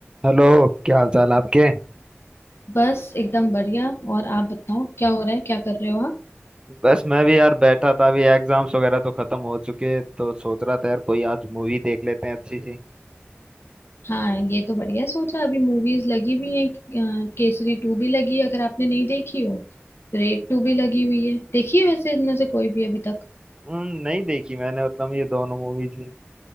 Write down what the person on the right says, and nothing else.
हेलो क्या हाल चाल आपके
बस मैं भी यार बैठा था अभी एग्जाम्स वगैरह तो खत्म हो चुके तो सोच रहा था यार कोई आज मूवी देख लेते हैं अच्छी सी
हम्म, नहीं देखी मैंने उतना ये दोनों मूवीज भी